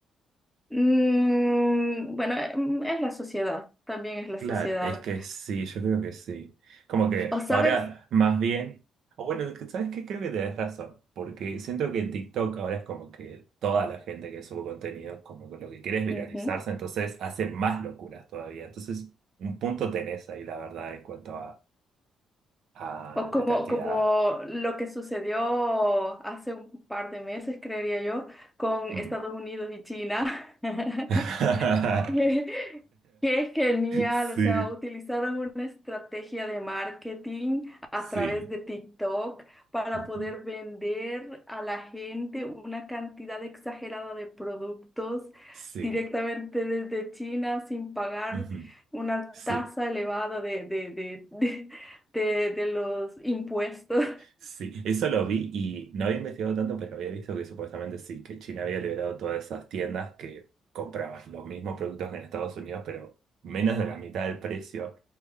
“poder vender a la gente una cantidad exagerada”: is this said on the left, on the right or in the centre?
Centre